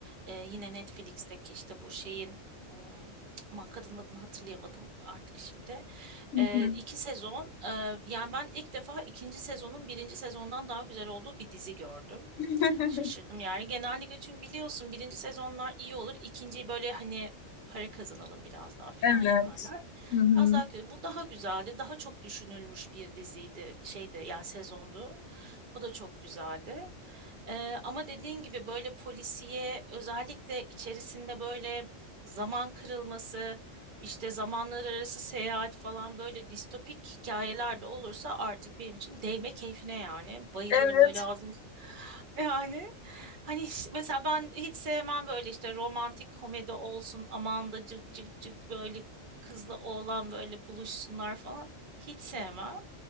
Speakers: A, on the right; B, on the left.
A: Ee, yine Netflix'teki işte bu şeyin hmm, aman kadın adını hatırlayamadım artık şimdi.
B: hı.
A: Ee, iki sezon. e, yani ben ilk defa ikinci sezonun birinci sezondan daha güzel olduğu bir dizi gördüm.
B: <laughs>
A: Şaşırdım yani. Genellikle çünkü biliyorsun birinci sezonlar iyi olur. İkinciyi böyle hani para kazanalım biraz daha falan
B: Evet.
A: yaparlar.
B: Hı hı.
A: Biraz daha kötü. Bu daha güzeldi. Daha çok düşünülmüş bir diziydi. Şeydi yani sezondu. O da çok güzeldi. Ee, ama dediğin gibi böyle polisiye özellikle içerisinde böyle zaman kırılması, işte zamanlar arası seyahat falan böyle distopik hikayeler de olursa artık benim için değme keyfine yani. Bayılırım
B: Evet.
A: böyle ağzım yani hani hiç- mesela ben hiç sevmem böyle işte romantik komedi olsun aman da cık cık cık böyle kızla oğlan böyle buluşsunlar falan hiç sevmem.